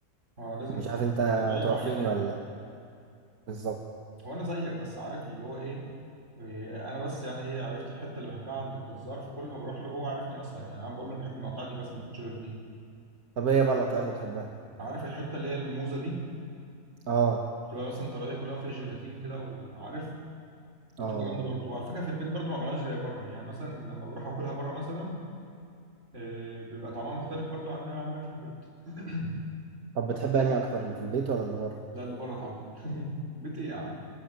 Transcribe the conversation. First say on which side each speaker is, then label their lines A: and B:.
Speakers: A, on the right (about 50°); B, on the right (about 70°).
A: اه لازم
B: مش عارف انت
A: قطعية
B: توافقني
A: معينة يعني
B: ولا لا بالظبط
A: هو انا زيك بس عارف اللي هو ايه إيه، انا بس يعني ايه عرفت الحتة اللي بحبها عند الجزار فكل ما بروح له هو عارفني اصلا يعني انا بقول له أنا بحب المقاطع دي بس ما كنتش غير دي
B: طب ايه بقى القطعية اللي بتحبها
A: عارف الحتة اللي هي الموزة دي
B: اه
A: بتبقى مثلا طرية كلها وفيها جيلاتين كده وعارف دي
B: اه
A: بتبقى جامدة برضو وعلى فكرة في البيت برضو ما بعملهاش زي بره يعني مثلا لما بروح اكلها بره مثلا إيه بيبقى طعمها مختلف برضو عن اللي انا عاملها في البيت <clears throat>
B: طب بتحب انهي اكتر اللي في البيت ولا اللي بره
A: لا اللي بره طبعا <laughs> بيت ايه يا عم